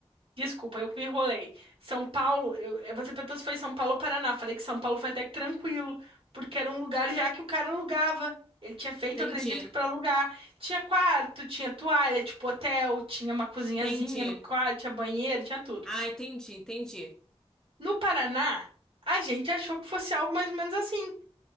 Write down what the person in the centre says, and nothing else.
Entendi.
Entendi.
Ah, entendi, entendi.